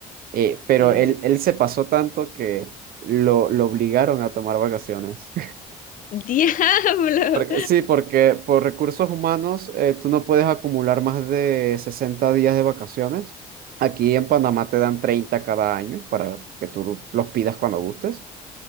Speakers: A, on the right; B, on the left.
A: Eh, pero
B: Ujú.
A: él, él se pasó tanto que lo, lo obligaron a tomar vacaciones.
B: <laughs> ¡Diablo!
A: Porque- sí, porque por recursos humanos eh, tú no puedes acumular más de 60 días de vacaciones. Aquí en Panamá te dan 30 cada año para que tú los pidas cuando gustes.